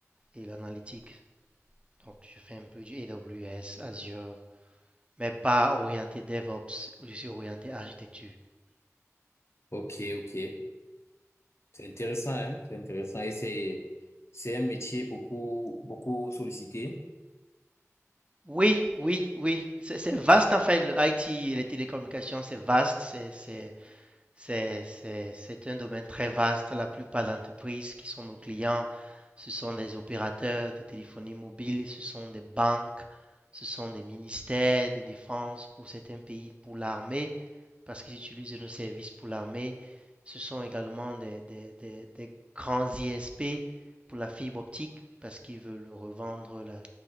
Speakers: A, on the right; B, on the left.
A: et l'analytique. Donc, je fais un peu du AWS, Azure, mais pas orienté DevOps. Je suis orienté architecture.
B: Ok, ok. C'est intéressant, hein? C'est intéressant. Et c'est, c'est un métier beaucoup, beaucoup sollicité.
A: Oui, oui, oui. C'est c'est vaste en fait, le IT, les télécommunications, c'est vaste. C'est c'est- c'est- c'est- c'est un domaine très vaste. La plupart d'entreprises qui sont nos clients, ce sont des opérateurs de téléphonie mobile, ce sont des banques, ce sont des ministères de défense pour certains pays, pour l'armée. parce qu'ils utilisent nos services pour l'armée. Ce sont également des, des, des- des grands ISP pour la fibre optique, parce qu'ils veulent revendre la,